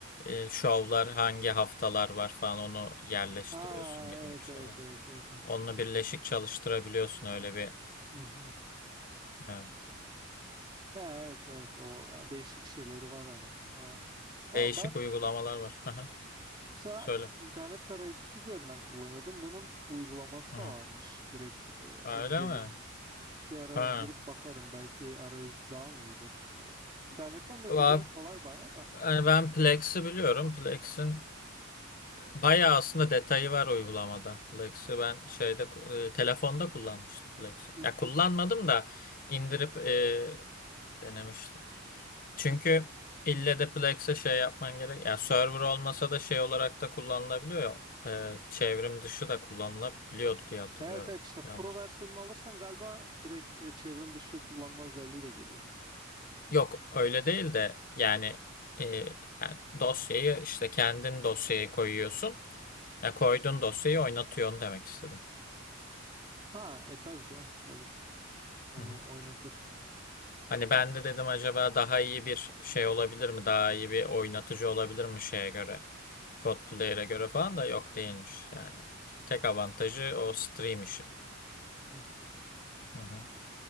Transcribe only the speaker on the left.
e, şovlar hangi haftalar var falan onu yerleştiriyorsun
gibi
gibi şeyler.
Onunla birleşik çalıştırabiliyorsun öyle bir
evet.
Değişik
uygulamalar var. Aha,
Söyle.
Hı.
Öyle
mi?
Ha.
Va-
Yani ben Plex'i biliyorum. Plex'in bayağı aslında detayı var uygulamada. Plex'i ben şeyde e, telefonda kullanmıştım Plex'i.
Ya kullanmadım da indirip e, denemiştim. Çünkü ille de Plex'e şey yapman gerek. Ya server olmasa da şey olarak da kullanılabiliyor ya. E, çevrim dışı da kullanılabiliyordu diye hatırlıyorum.
Yanlış.
Yok öyle değil de yani, e, yani dosyayı işte kendin dosyaya koyuyorsun. Ya koyduğun dosyayı oynatıyorsun demek istedim.
Hı hı.
Hani
ben de dedim acaba daha iyi bir şey olabilir mi? Daha iyi bir oynatıcı olabilir mi şeye göre? Pod player'e göre falan da yok değilmiş yani. Tek avantajı o stream işi.
Hı hı.